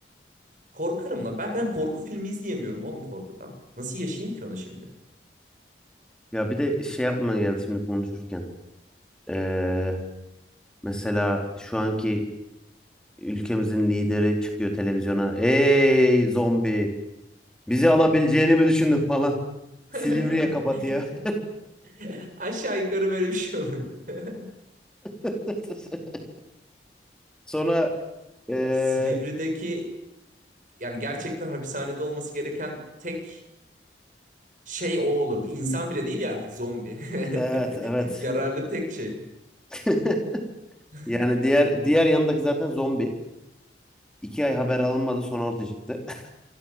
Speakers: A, on the right; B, in the centre.
A: Korkarım lan. Ben ben korku filmi izleyemiyorum oğlum korkudan. Nasıl yaşayayım ki onu şimdi?
B: Ya bir de şey yapmaya geldi şimdi konuşurken. Ee, mesela şu anki ülkemizin lideri çıkıyor televizyona. Ey zombi bizi alabileceğini mi düşündün falan.
A: <laughs>
B: Silivri'ye kapatıyor.
A: Aşağı yukarı böyle bir şey olurdu. <laughs>
B: <laughs> Sonra ee,
A: Silivri'deki yani gerçekten hapishanede olması gereken tek şey o olurdu. İnsan bile değil ya artık zombi.
B: evet
A: <laughs>
B: evet.
A: Yararlı tek şey.
B: <laughs>
A: <laughs>
B: Yani diğer diğer yanındaki zaten zombi. İki ay haber alınmadı sonra ortaya çıktı. <laughs>